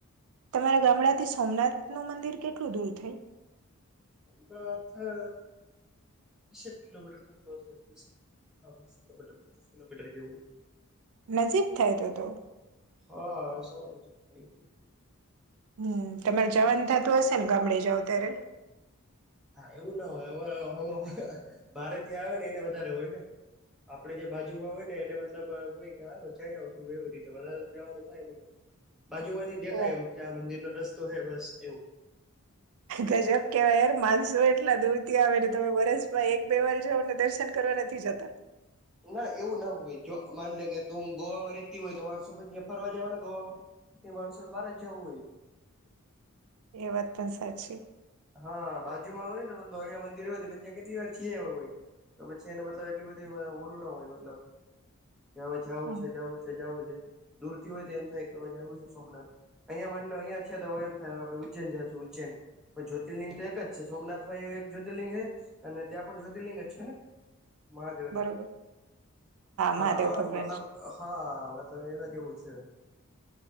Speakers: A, on the right; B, in the centre.
A: તમારા ગામડાથી સોમનાથનું મંદિર કેટલું દૂર થાય?
B: સોમનાથ અ ત્રીસેક કિલોમીટર થાતું હશે ત્રીસેક હા વીસ કિલોમીટર, પચીસ કિલોમીટર જેવું
A: નજીક થાય તો તો
B: હા સાવ નજીક થાય એમ તો
A: હમમ તમારે જાવાનું થાતું હશે ને ગામડે જાવ ત્યારે
B: હા એવું ના હોય હવે મારે ત્યાં આવે ને એને વધારે હોય ને આપડે જે બાજુમાં હોય ને એને મતલબ હોય કે હાલ જઈ આવશું એવી રીતે વધારે જવાનું થાય નય. બાજુમાંથી દેખાય
A: ઓહ
B: એમ કે આ મંદિરનો રસ્તો હે બસ એવું
A: ગજબ કેવાય યાર માણસો એટલા દૂર થી આવે તમે વરસ માં એક બે વાર જાવ ને દર્શન કરો. નથી જતા.
B: ના એવું ના હોય જો માન લે કે તું ગોવા માં રેતી હોય તો માણસો પછી તા ફરવા જવાના ગોવામાં એ માણસો ને બાર જ જવું હોય.
A: એ વાત પણ સાચી
B: હા બાજુ માં હોય ને મતલબ અહીંયા મંદિર હોય તો જગ્યા કેટલી વાર છી યા હોય. તો પછી એને મતલબ એટલી બધી ઓલું ના હોય મતલબ કે હવે જવું
A: હમ
B: છે, જવું છે. જવું છે દૂરથી હોય તો એમ થાય કે હવે જવું છે સોમનાથ અહિયા માન લો અહિયા છે તો હવે એમ થાય આપડે ઉ્જ <unintelligible> છે ઉજ્જૈન. પણ જ્યોતિર્લિંગ તો એક જ છે સોમનાથમાં યે એક જ્યોતિર્લિંગ હે અને ત્યાં પણ જ્યોતિર્લિંગ જ છે ને મહાદેવની
A: બરોબર
B: હા
A: મહાદેવ ભગવાન
B: મતલબ
A: છે.
B: હા મતલબ એના જેવું છે.